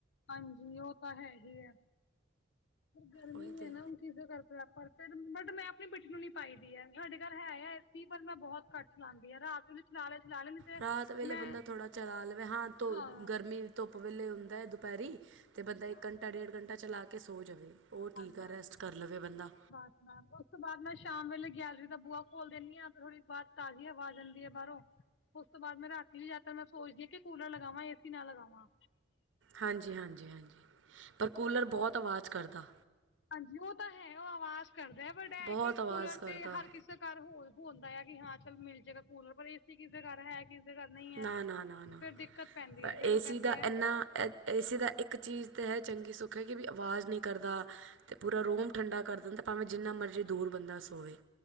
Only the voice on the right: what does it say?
ਉਹੀ
ਤਾਂ
ਰਾਤ ਵੇਲੇ
ਬੰਦਾ ਥੋੜ੍ਹਾ ਚਲਾ ਲਵੇ ਹਾਂ ਤੋ
ਗਰਮੀ। ਧੁੱਪ ਵੇਲੇ ਹੁੰਦਾ ਹੈ ਦੁਪਹਿਰੀ। ਅਤੇ ਬੰਦਾ
ਇੱਕ ਘੰਟਾ ਡੇਢ ਘੰਟਾ ਚਲਾ ਕੇ ਸੋ ਜਾਵੇ ਉਹ ਠੀਕ
ਆ
ਰੈਸਟ ਕਰ ਲਵੇ ਬੰਦਾ।
ਹਾਂਜੀ ਹਾਂਜੀ ਹਾਂਜੀ ਪਰ ਕੂਲਰ ਬਹੁਤ ਆਵਾਜ਼ ਕਰਦਾ।
ਬਹੁਤ
ਆਵਾਜ਼
ਕਰਦਾ
ਨਾ, ਨਾ, ਨਾ, ਨਾ
ਪਰ
ਏਸੀ
ਦਾ
ਇੰਨਾ। ਏਸੀ ਦਾ ਇੱਕ ਚੀਜ਼ ਤਾਂ ਹੈ ਚੰਗੀ ਸੁੱਖ ਹੈ ਕਿ ਵੀ ਆਵਾਜ਼ ਨਹੀਂ ਕਰਦਾ ਅਤੇ ਪੂਰਾ ਰੂਮ ਠੰਡਾ ਕਰ ਦਿੰਦਾ। ਭਾਵੇਂ ਜਿੰਨਾ ਮਰਜ਼ੀ ਦੂਰ ਬੰਦਾ ਸੋਵੇ।